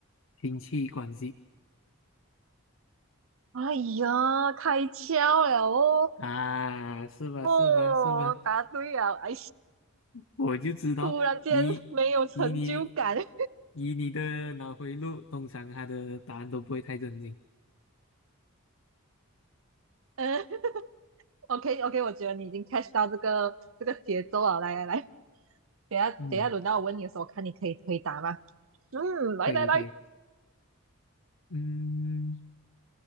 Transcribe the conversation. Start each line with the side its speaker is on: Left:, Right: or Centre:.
Left: 亲戚关系
Right: 哎呀，开窍了哦！
Left: 啊，是吧是吧是吧？
Right: 哦，答对了，哎。
Left: 我就知道以以你
Right: 突然间没有成就感。<laughs>
Left: 以你的脑回路，通常他的答案都不会太正惊。
Right: 嗯，OK OK，我觉得你已经 catch 到这个这个节奏了。来来来，等下等下轮到我问你的时候，
Left: 嗯，
Right: 我看你可以回答吗？嗯，来来来，
Left: 可以可以，嗯。